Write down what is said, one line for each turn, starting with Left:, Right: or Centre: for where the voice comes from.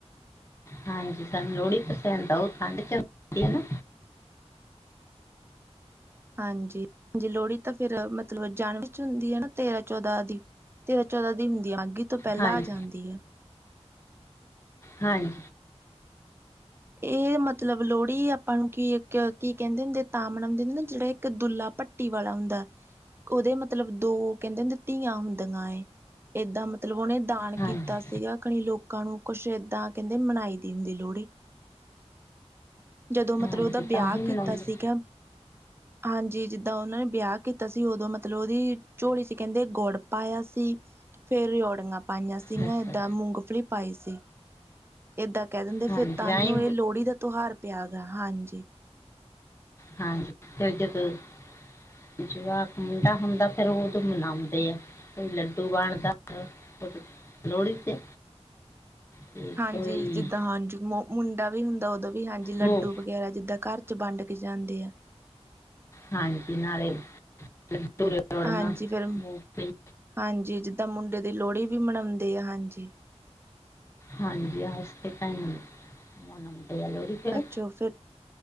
Left: ਹਾਂਜੀ ਸਾਨੂੰ ਲੋੜੀ ਪਸੰਦ ਆ ਓ ਠੰਡ ਚ ਹੁੰਦੀ ਐ ਨਾ।
Right: ਹਾਂਜੀ ਜੀ ਲੋੜੀ ਤਾਂ ਫਿਰ ਮਤਲਬ ਜਾਨਵੀ ਚ ਹੁੰਦੀ ਆ ਨਾ ਤੇਰਾਂ-ਚੌਦਾਂ ਦੀ। ਤੇਰਾਂ-ਚੌਦਾਂ ਦੀ ਹੁੰਦੀ ਆ ਮਾਘੀ ਤੋਂ ਪੈਲਾਂ
Left: ਹਾਂਜੀ
Right: ਆ ਜਾਂਦੀ ਆ।
Left: ਹਾਂਜੀ।
Right: ਏ ਮਤਲਬ ਲੋੜੀ ਆਪਾਂ ਨੂੰ ਕੀ ਕ ਕੀ ਕੈਂਦੇ ਹੁੰਦੇ ਆ ਤਾਂ ਮਨਾਉਂਦੇ ਹੁੰਦੇ ਆ ਨਾ ਜੇੜਾ ਇੱਕ ਦੁੱਲਾ ਭੱ ਟੀ ਵਾਲਾ ਹੁੰਦਾ, ਓਦੇ ਮਤਲਬ ਦੋ ਕੇਂਦੇ ਹੁੰਦੇ ਧੀਆਂ ਹੁੰਦੀਆਂ ਏ। ਏਦਾਂ ਮਤਲਬ ਓਨੇ ਦਾਨ
Left: ਹਾਂਜੀ
Right: ਕੀਤਾ ਸੀਗਾ ਖਣੀ ਲੋਕਾਂ ਨੂੰ ਕੁਛ ਏਦਾਂ ਕੇਂਦੇ ਮਨਾਈ ਦੀ ਹੁੰਦੀ ਲੋੜੀ। ਜਦੋਂ ਮਤਲਬ
Left: ਹਾਂਜੀ
Right: ਉਦਾ ਬਿਆ
Left: ਤਾਂ ਹੀ
Right: ਕੀਤਾ
Left: ਮਨਾਉਂਦੇ
Right: ਸੀਗਾ ਹਾਂਜੀ ਜਿੱਦਾਂ ਓਨਾਂ ਨੇ ਬਿਆ ਕੀਤਾ ਸੀ, ਉਦੋਂ ਮਤਲਬ ਓਦੀ ਝੋਲੀ 'ਚ ਕੈਂਦੇ ਗੁੜ ਪਾਇਆ ਸੀ। ਫੇਰ ਰੇਓੜੀਆਂ ਪਾਈਆਂ ਸੀਗੀਆਂ
Left: ਦੱਸੋ
Right: ਏਦਾਂ ਫੇਰ ਮੂੰਗਫਲੀ ਪਾਈ ਸੀ। ਏਦਾਂ ਕੈ ਦਿੰਦੇ
Left: ਹਾਂਜੀ
Right: ਫਿਰ ਤਾਨੂੰ
Left: ਆਈ
Right: ਏ ਲੋੜੀ ਦਾ ਤਿਹਾਰ ਪਿਆ ਗਾ, ਹਾਂਜੀ।
Left: ਹਾਂਜੀ <unintelligible> ਜਵਾਕ ਮੁੰਡਾ ਹੁੰਦਾ ਫਿਰ ਉਦੋਂ ਮਨਾਉਂਦੇ ਆ। ਕੋਈ ਲੱਡੂ ਵਾਂਡਦਾ ਉਦੋਂ ਲੋੜੀ ਤੇ ਤੇ
Right: ਹਾਂਜੀ
Left: ਕੋਈ
Right: ਜਿੱਦਾਂ ਹਾਂਜੀ ਮੋ ਮੁੰਡਾ ਵੀ ਹੁੰਦਾ ਉਦੋਂ ਵੀ ਹਾਂਜੀ ਲੱਡੂ
Left: ਮੂੰਗ
Right: ਵਗੈਰਾ ਜਿੱਦਾਂ ਘਰ 'ਚ ਬੰਡ ਕੇ ਜਾਂਦੇ ਆ।
Left: ਹਾਂਜੀ ਨਾਲੇ <unintelligible> ੜੀਆਂ ਨਾਲੇ
Right: ਹਾਂਜੀ ਫੇਰ
Left: ਮੂੰਫਲੀ
Right: ਹਾਂਜੀ ਜਿੱਦਾਂ ਮੁੰਡੇ ਦੀ ਲੋੜੀ ਵੀ ਮਨੋਂਦੇ ਆ ਹਾਂਜੀ।
Left: ਹਾਂਜੀ <unintelligible> ਮੁੰਡੇ ਆਲੇ ਵੀ ਰ
Right: ਅੱਛਾ ਫਿਰ